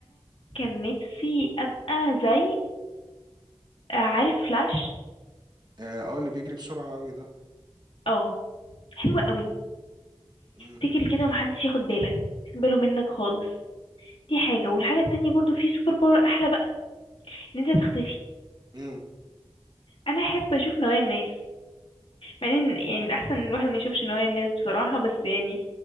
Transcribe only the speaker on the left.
كان نفسي ابقى زي آه، عارف فلاش
اه حلوه قوي
تجري كده ومحدش ياخد باله باله منك خالص دي حاجه والحاجه التانية برضو في سوبر باور احلى بقى ان انت تختفي
انا احب اشوف نوايا الناس مع ان يعني الاحسن إن الواحد ما يشوفش نوايا الناس بصراحه بس يعني